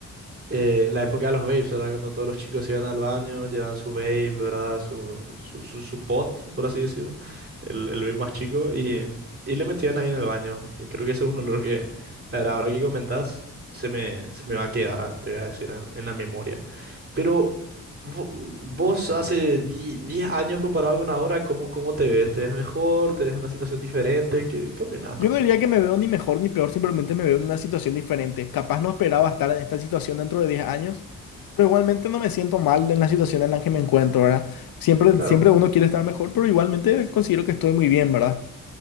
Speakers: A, on the right (about 40°); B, on the left (about 75°).
A: eh, la época de los vapes, ¿verdad? Cuando todos los chicos iban al baño, llevaban su vape, ¿verdad? Su, su, su, su pot, por así decirlo, el, el vape más chico, y, y le metían ahí en el baño. Y creo que ese es un olor que, la verdad, ahora que comentás, se me, se me va a quedar, ah, te voy a decir, en, en la memoria. Pero... vo- Vos hace die- 10 años comparado con ahora, ¿cómo, cómo te ves? ¿Te ves mejor? ¿Te ves en una situación diferente? ¿Qué, qué opinás
B: Yo
A: así?
B: no diría que me veo ni mejor ni peor, simplemente me veo en una situación diferente. Capaz no esperaba estar en esta situación dentro de 10 años, pero igualmente no me siento mal en la situación en la que me encuentro, ¿verdad? Siempre,
A: Claro,
B: siempre uno quiere estar mejor, pero igualmente considero que estoy muy bien, ¿verdad?